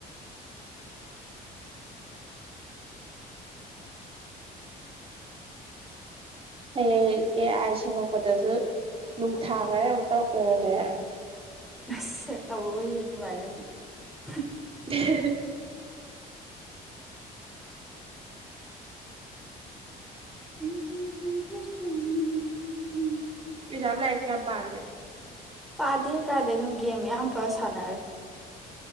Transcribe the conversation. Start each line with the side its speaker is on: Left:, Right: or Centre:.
Right: ꯍꯌꯦꯡ ꯑꯦ ꯑꯥꯏ ꯁꯦꯝꯃꯛꯄꯗꯁꯨ ꯅꯨꯡꯊꯥꯡ ꯍꯥꯢꯅ ꯑꯃꯨꯛ ꯇꯧꯔꯛꯇꯅꯅꯦ
Centre: ꯑꯁꯦ ꯇꯧꯔꯛꯑꯣꯏ ꯌꯦ ꯑꯗꯨꯃꯥꯏꯅꯗꯤ ꯍ
Right: ꯑ ꯍꯦ ꯍꯦ
Centre: ꯍꯨꯝ ꯍꯨꯝ ꯍꯨꯝ
Right: ꯏꯖꯝ ꯂꯥꯏꯔꯤꯛ ꯀꯌꯥꯝ ꯄꯥꯔꯒꯦ
Centre: ꯄꯥꯗꯦ ꯀꯥꯏꯗꯩꯅꯨ ꯒꯦꯝ ꯃꯌꯥꯝ ꯄꯨꯔꯥ ꯁꯥꯟꯅꯔꯤ